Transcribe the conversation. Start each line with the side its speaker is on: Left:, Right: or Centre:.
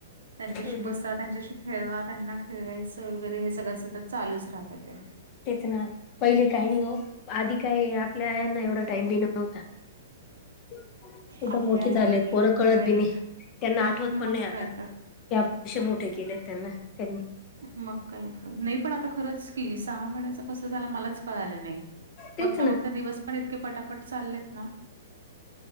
Right: त्यांच्याशी
Left: हम्म हम्म
Right: बसा, त्यांच्याशी खेळवा, त्यांना खेळवायचं वगैरे हे सगळं सतत चालूच राहत ते.
Left: तेच ना, पहिले काही नाही हो आधी काय आपल्या यांना एवढा टाइम पण नव्हता. <inaudible> कुठं
Right: आपल्या
Left: मोठे
Right: आई
Left: झालेत
Right: वडिलांच्या
Left: पोरं कळत
Right: वयला
Left: बी नाही, त्यांना आठवत
Right: मग
Left: पण नाही आता.
Right: काय तर
Left: या पसे मोठे केले त्यांना त्यांनी <unintelligible>
Right: मग काय तर, नाही पण आता खरंच की सहा महिन्याच कसं झालं मलाच कळालं नाही.
Left: तेच
Right: बघता,
Left: ना
Right: बघता, दिवस पण इतके पटापट चाललेत ना.